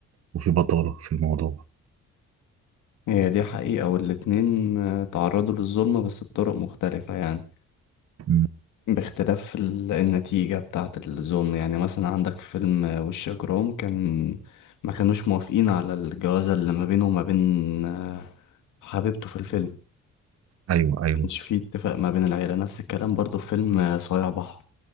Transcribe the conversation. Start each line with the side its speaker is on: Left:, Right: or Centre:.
Right: وفي بطالة في الموضوع
Left: هي دي حقيقة والاتنين آه، تعرضوا للظلم بس بطرق مختلفة يعني
Right: مم.
Left: باختلاف ال- النتيجة بتاعة الظلم يعني مثلا عندك فيلم آه، وش إجرام كان ما كانوش موافقين على الجوازة اللي ما بينه وما بين آه، حبيبته في الفيلم
Right: ايوه ايوه
Left: مش في اتفاق ما بين العيلة نفس الكلام برضو في فيلم آه، صايع بحر